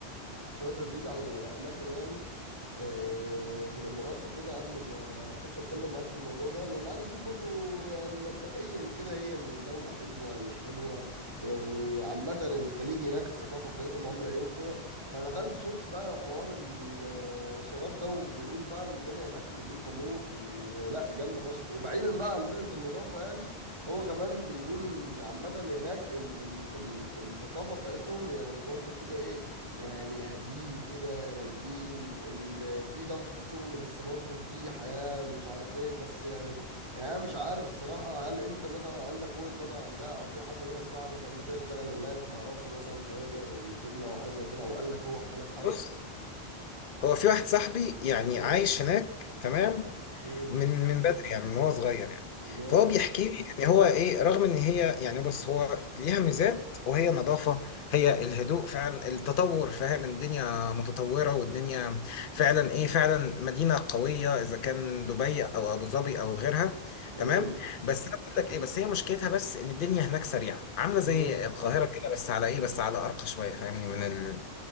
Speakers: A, on the right (about 25°); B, on the left (about 55°).
A: شويه ريفيوز عن الاماكن يعني آه، في الامارات وكده قبل ما اخش اتكلم معاك في الموضوع ده لان عايز اشوف برضو يعني مبدئيا كده هي الدولة حلوة مش حلوة يعني عامة الخليج هناك الثقافة بتاعتهم عاملة ايه وكده فدخلت شفت فعلا حوار ال- الشراب ده وبيقولوا فعلا الدنيا هناك نظيفة موت ولا جامدة فشخ وبعيدا بقى عن فكرة النظافة يعني هو كمان بيقول ان عامة هناك ال ال ال الثقافة بتاعتهم يعني برضو كده ايه يعني هاديين كده رايقين ال- في ضغط في الشغل بس برضه في حياة مش عارف ايه بس يعني يعني أنا مش عارف الصراحة هل انت مثلا عندك وجهة نظر عن ده او في حد مثلا صاحبك قبل كده اشتغل هناك وتعرفه مثلا فيقدر يفيدنا او حاجة زي كده او قال لك هو حكى لك حاجة
B: بص هو في واحد صاحبي يعني
A: امم
B: عايش هناك تمام
A: امم
B: من من بدري يعني من هو صغير يعني
A: جامد
B: فهو بيحكي لي ان هو ايه رغم ان هي يعني بص هو ليها ميزات وهي نظافة هي الهدوء فعلا التطور فاهم الدنيا متطورة والدنيا فعلا ايه فعلا مدينة قوية اذا كان دبي او ابو ظبي او غيرها
A: امم
B: تمام بس انا بقول لك ايه بس هي مشكلتها بس ان الدنيا هناك سريعة عاملة زي
A: امم
B: القاهرة كده بس على ايه بس على ارقى شوية فاهمني من ال...